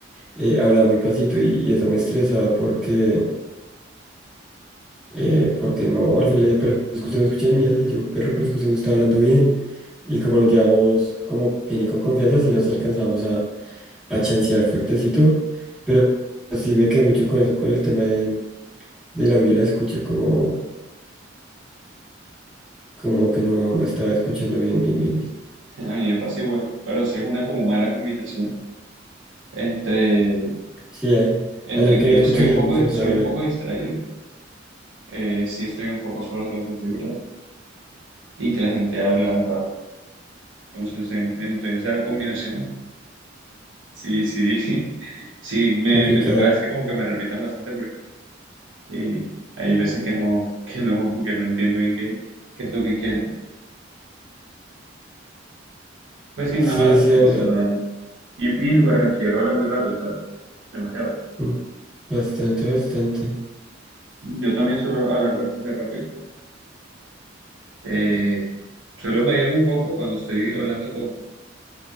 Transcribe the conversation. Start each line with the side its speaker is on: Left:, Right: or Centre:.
Centre: eh, hablaba muy pasito y, y eso me estresaba porque eh, porque no, al final ella, pero es que usted no escucha ni mierda, y yo, perro, pero es que usted no está hablando bien. Y como nos llevamos como bien y con confianza, sí nos alcanzamos a, a chancear fuertecito, pero sí me quedé mucho con eso, con el tema de, del audio y la escucha, como, como que no, no estaba escuchando bien, bien, bien, bien.
Right: A mí me pasa igual, pero sí es una como mala combinación entre,
Centre: Sí, eh,
Right: entre
Centre: alguien que
Right: que
Centre: no escucha
Right: soy un
Centre: y alguien
Right: poco,
Centre: que no
Right: soy
Centre: sabe hablar,
Right: un poco distraído, eh, sí estoy un poco sordo, eso sí, ¿verdad? Y que la gente habla raro. Entonces, en- entre esa combinación, sí, sí, <laughs> sí, me,
Centre: complicado.
Right: me toca decir como que me repitan bastante Y hay veces que no, <laughs> que no, que no entiendo bien qué, qué es lo que quieren. Pues sí, una
Centre: Sí,
Right: mala
Centre: sí,
Right: combinación,
Centre: a mí, ah,
Right: nada más. Y, y el barranquillero habla muy rápido, ¿sabes? Demasiado.
Centre: mm, bastante, bastante,
Right: Yo también suelo hablar bastante rápido. Eh, suelo medirme un poco cuando estoy hablando con,